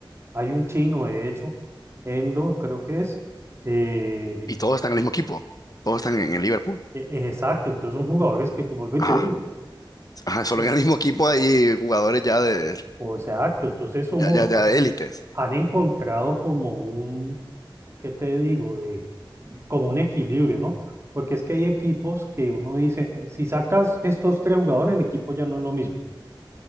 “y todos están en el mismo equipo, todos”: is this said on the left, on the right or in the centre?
Left